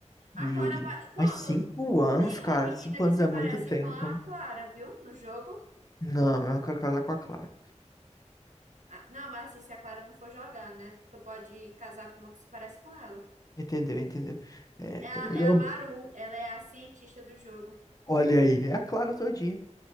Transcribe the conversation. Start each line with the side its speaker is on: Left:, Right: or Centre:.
Left: no
Right: A Clara.
Left: joguinho.
Right: pa- Pronto,
Left: Mas cinco anos,
Right: tem
Left: cara.
Right: uma menina
Left: Cinco
Right: que
Left: anos
Right: se
Left: é muito
Right: parece
Left: tempo.
Right: com a Clara, viu? No jogo.
Left: Não, eu quero casar com a Clara.
Right: Ah, Não, mas assim, se a Clara não for jogar, né? Tu pode casar com uma que se parece com ela.
Left: Entendeu, entendeu? É,
Right: É
Left: tá
Right: a,
Left: melhor.
Right: é a Maru, ela é a cientista do jogo.
Left: Olha aí, é a Clara todinha.